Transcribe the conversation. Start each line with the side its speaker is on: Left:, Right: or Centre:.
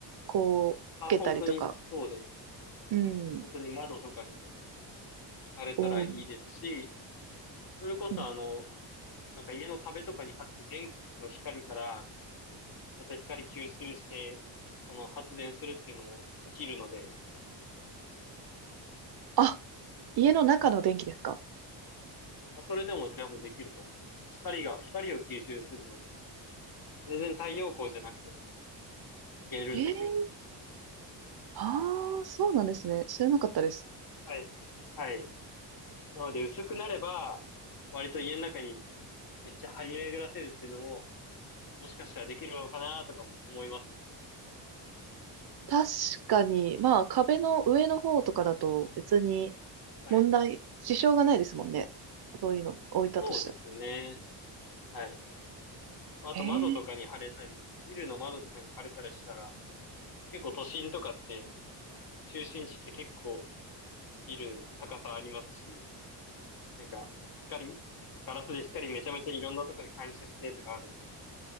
Right: こう、
Left: あ、
Right: つけたりとか。
Left: 本当にそうで、
Right: うん。
Left: 本当に窓とかにもなれたらいいですし、
Right: おー
Left: それこそあの、
Right: うん。
Left: なんか家の壁とかに貼って電気の光からまた光吸収して、その発電するっていうのもできるので、
Right: あ、家の中の電気ですか
Left: まあそれでも多分できると思います。光が、光を吸収するので、全然太陽光じゃなくてもいけるんですよ。
Right: えー、ああ、そうなんですね。知らなかったです。
Left: はい。はい。なので薄くなれば、割と家の中にめっちゃ張り巡らせるっていうのも、もしかしたらできるのかなとかも思いますね。
Right: 確かに、まあ壁の上の方とかだと別に
Left: はい。
Right: 問題、支障がないですもんね。そういうの置いたとしても。
Left: そうですね。はい。まあと窓とかに貼れたり、
Right: ええ
Left: ビルの窓とかに貼れたりしたら、結構都心とかって、中心地って結構ビル高さありますし、なんか光、ガラスで光めちゃめちゃいろんなとこに反射してとかあるんで、